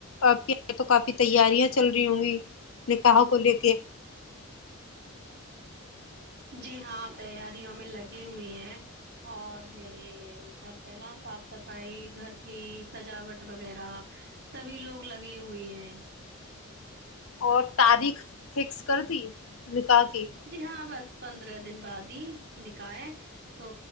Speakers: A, on the left (about 75°); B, on the right (about 50°).
A: آپ کے یہاں تو کافی تیاریاں چل رہی ہوں گی نکاح کو لے کے
B: جی ہاں تیاریوں میں لگی ہوئی ہیں اور میرے گھر پہ نا صاف صفائی گھر کی سجاوٹ وغیرہ سبھی لوگ لگے ہوئے ہیں
A: اور تاریخ فکس کر دی نکاح کی
B: جی ہاں بس پندرہ دن بعد ہی نکاح ہے تو